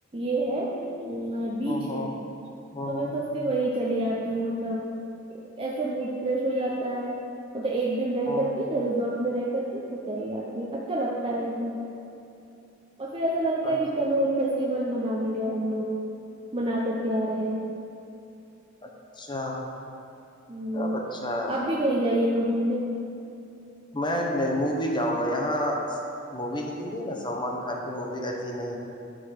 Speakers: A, on the right; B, on the left.
A: یہ ہے بیچ
B: او ہو
A: ہے
B: او
A: تو
B: ہو
A: میں سوچتی ہوں وہی چلی آتی ہوں مطلب ایسے موڈ فریش ہو جاتا ہے تو ایک دن رہ
B: او
A: کر کے ریزورٹ میں رہ کر کے تو چلی آتی ہے اچھا لگتا ہے یہ سب اور پھر ایسا لگتا ہے
B: اچھا
A: کہ چلو فیسٹیول منانے گئے ہم لوگ منا کر کے آ رہے ہیں
B: اچھا
A: ہوں
B: سب اچھا ہے۔
A: آپ بھی کہیں جائیے گا گھومنے
B: میں نیمو بھی جاؤں گا یہاں مووی نکلتی ہے نا سلمان خان کی مووی رہتی ہے نہیں